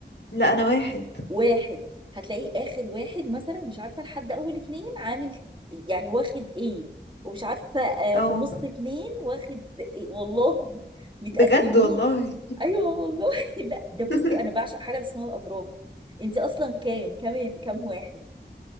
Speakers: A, on the left; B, on the right.
A: لا انا واحد
B: واحد هتلاقيه اخر واحد مثلا مش عارفه لحد اول اتنين عامل يعني واخد ايه ومش عارفه آه
A: اه
B: في نص اتنين واخد إيه والله متقسمين
A: بجد والله
B: ايوه والله <laughs> لا ده بصي
A: <laughs>
B: انا بعشق حاجه اللي اسمها الابراج انت اصلا كام كام كام واحد